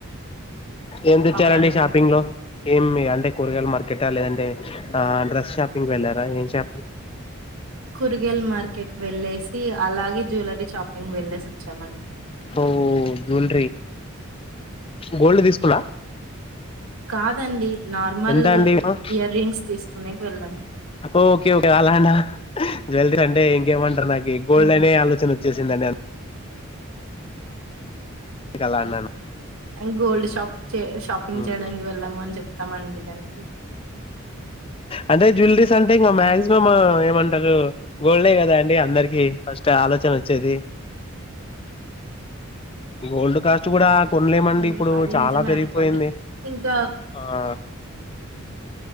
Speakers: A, on the left; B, on the right.
A: ఏం తెచ్చారంండి
B: అవునండి
A: షాపింగ్ లో ఏమి అంటే కూరగాయలు మార్కెట లేదంటే ఆ డ్రెస్ షాపింగ్ వెళ్ళారా ఏం షాపింగ్
B: కూరగాయల మార్కెట్కి వెళ్ళేసి అలాగే జ్యువెలరీ షాపింగ్ వెళ్ళేసి వచ్చామం
A: ఓ జ్యువెలరీ గోల్డ్ తీసుకుల్లా
B: కాదండి నార్మల్
A: ఎంతాడి గ్రాం
B: ఇయర్ రింగ్స్ తీసుకునేకి వెళ్ళాం.
A: ఓకేఓకే అలానా జువలరీ అంటే ఇంకమంటర్ నాకు గోల్డ్
B: హ్మ్.
A: అనే ఆలోచన వచ్చేసిందండి అ ందుకే అలా అన్నా
B: అ గోల్డ్ షాప్ చే షాపింగ్
A: హ్మ్
B: చేయడానికి వెళ్ళాము అని చెప్తామండి దానికి.
A: అంటే జ్యువలరీస్ అంటే ఇంకా మాక్సిమం ఏమంటరు గోల్డే కదా అండి అందరికి ఫస్ట్ ఆలోచన వచ్చేది ఓల్డ్ కాస్ట్ కూడా కొన్లేమండి
B: హ్మ్.
A: ఇప్పుడు
B: అది నిజమే
A: పెరిగిపోయింది
B: అనుకోండి ఇంకా
A: ఆ